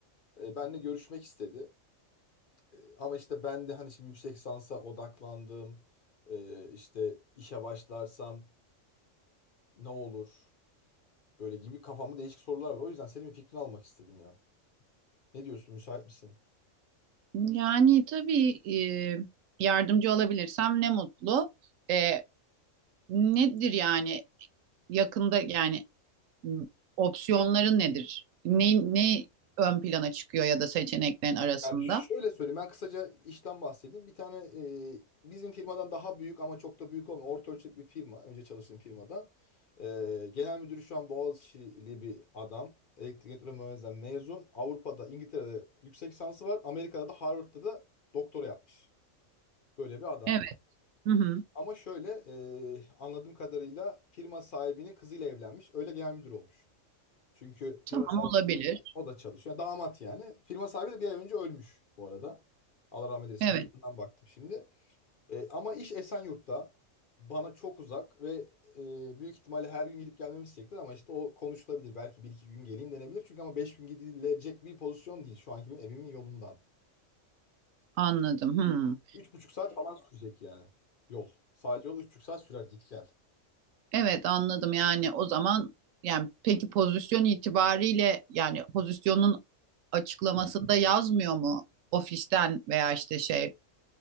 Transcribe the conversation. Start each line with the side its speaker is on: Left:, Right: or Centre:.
Left: e, benimle görüşmek istedi. Ee, Ama işte ben de hani şimdi yüksek lisansa odaklandım. Ee, işte işe başlarsam ne olur? Böyle gibi kafamda değişik sorular var. O yüzden senin bir fikrini almak istedim ya. Ne diyorsun? Müsait misin?
Right: Yani tabii e, yardımcı olabilirsem ne mutlu. E, nedir yani yakında yani m, opsiyonların nedir? Ne, ne ön plana çıkıyor ya da seçeneklerin arasında?
Left: Yani şöyle söyleyeyim. Ben kısaca işten bahsedeyim. Bir tane e, bizim firmadan daha büyük ama çok da büyük olmayan orta ölçekli bir firma. Önce çalıştığım firmadan. Ee, genel müdürü şu an Boğaziçi'li bir adam. Elektrik elektronik mühendisliğinden mezun. Avrupa'da, İngiltere'de yüksek lisansı var. Amerika'da da Harvard'da da doktora yapmış. Böyle bir adam.
Right: Evet. Hı hı.
Left: Ama şöyle e, anladığım kadarıyla firma sahibinin kızıyla evlenmiş. Öyle genel müdür olmuş. Çünkü firma
Right: Tamam
Left: sahibi
Right: olabilir.
Left: o da çalışıyor. Yani Damat yani. Firma sahibi de bir ay önce ölmüş bu arada. Allah rahmet eylesin.
Right: Evet
Left: Yıkımdan baktım şimdi. E, ama iş Esenyurt'ta. Bana çok uzak ve e, büyük ihtimalle her gün gidip gelmemi isteyecektir ama işte o konuşulabilir. Belki bir iki gün geleyim denebilir. Çünkü ama beş gün gidilecek bir pozisyon değil şu anki benim evimin yolundan.
Right: anladım. Hı.
Left: Üç buçuk saat falan sürecek yani yol. Sadece yol üç buçuk saat sürer git gel.
Right: Evet anladım yani o zaman yani peki pozisyon itibariyle yani pozisyonun açıklamasında yazmıyor mu ofisten veya işte şey